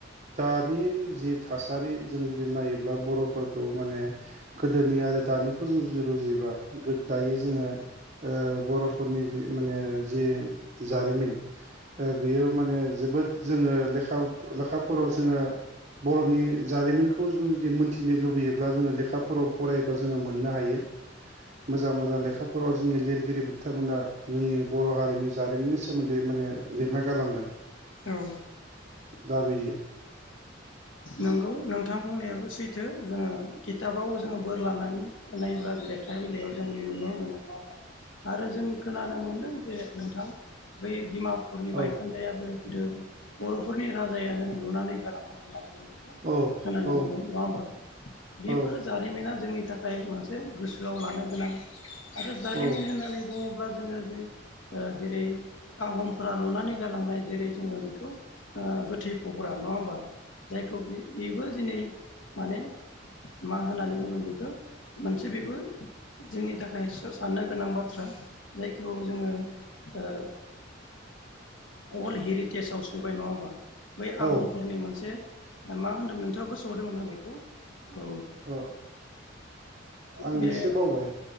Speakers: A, on the right (about 35°); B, on the left (about 80°).
A: दानि जि थासारि जों जुदि नायोब्ला बरफोरखौ माने गोदो जोंनि आरो दानिखौ जों जुदि रुजुयोबा दायो जोङो ओ बर'फोरनि जि माने जि जारिमिन ओ बेयो माने जोबोद जों जोङो लेखा लेखाफोराव जोङो बर'नि जारिमिनखौ जों जुदि मोन्थिनो लुबैयोब्ला जोङो लेखाफोराव फरायोब्ला जोङो मोननो हायो। मोजां- मोजां लेखाफोराव जोंनि लिरगिरि बिथांमोना जोंनि बर' हारिनि जारिमिननि सोमोन्दै माने लिरना गालांदों
B: औ
A: दा बिदिया
B: नंगौ नोंथां बुंनायाबो सैथो जोङो खिथाबाव जोङो बोर लानानै नायोब्ला लेखा बिलाइायाव जों नुनो मोनो नङा होमबा आरो जों खोनानो मोनदों जे नोंथां बै दिमा बायखोन्दायाबो
A: औ
B: गोदो बर'फोरनि राजायानो लुनानै गालांनाय होननानै जों
A: औ
B: खोनानो
A: औ
B: मोनदों नङा होमबा बेफोर
A: औ
B: जारिमिना जोंनि थाखाय मोनसे गोसोआव लानो गोनां आरो जारिमिन
A: औ
B: होननानै बुङोब्ला ब्ला जोङो जै जेरै आहमफोरा लुनानै गालांनाय जेरै जोङो बेखौ गोथै गग्रा नङा होमबा जायखौ बे बेबो दिनै माने मा होननानै बुंगोन बेखो मोनसे बेबो जोंनि थाखाय साननो गोनां बाथ्रा जायखौ जोङो ओ
A: <inaudible>
B: अल्ड हेरिटेजाव सोबाय नङा होमबा बै
A: औ
B: आहमफोरनि मोनसे मा होन्दों नोंथाङा गोसोआव दोंङोना बेखौ औ
A: अ आं
B: बे
A: एसे बावबाय।